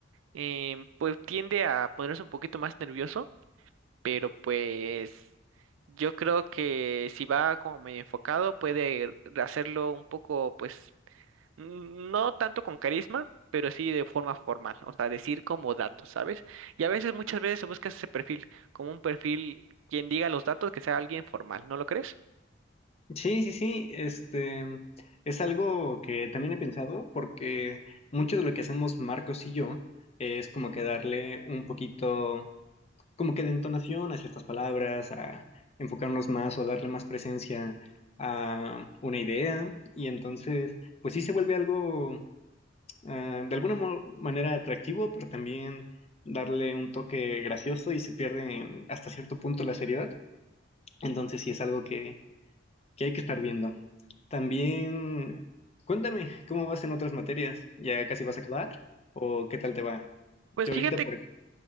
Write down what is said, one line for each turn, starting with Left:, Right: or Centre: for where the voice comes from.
Right: em, pues tiende a ponerse un poquito más nervioso, pero pues yo creo que si va como medio enfocado, puede hacerlo un poco, pues no tanto con carisma, pero sí de forma formal, o sea, decir como datos, ¿sabes? Y a veces, muchas veces se busca ese perfil, como un perfil quien diga los datos, que sea alguien formal, ¿no lo crees?
Left: Sí, sí, sí, este es algo que también he pensado porque mucho de lo que hacemos Marcos y yo es como que darle un poquito, como que de entonación a ciertas palabras, a enfocarnos más o darle más presencia a una idea y entonces pues sí se vuelve algo ah, de alguna mo- manera atractivo, pero también darle un toque gracioso y se pierde hasta cierto punto la seriedad. Entonces sí es algo que que hay que estar viendo. También, cuéntame, ¿cómo vas en otras materias? ¿Ya casi vas a acabar? ¿O qué tal te va?
Right: Pues
Left: Yo
Right: fíjate,
Left: ahorita, por ejemplo.